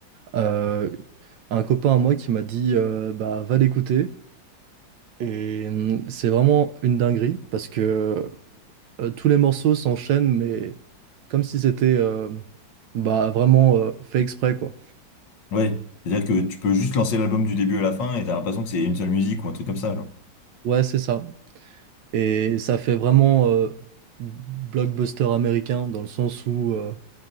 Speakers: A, on the right (about 70°); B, on the left (about 65°).
A: euh, un copain à moi qui m'a dit euh, bah, va l'écouter. Et hum, c'est vraiment une dinguerie parce que euh, tous les morceaux s'enchaînent, mais comme si c'était euh, bah, vraiment euh, fait exprès, quoi.
B: Ouais, c'est-à-dire que tu peux juste lancer l'album du début à la fin et t'as l'impression que c'est une seule musique ou un truc comme ça, genre.
A: Ouais, c'est ça. Et ça fait vraiment euh, blockbuster américain dans le sens où. euh,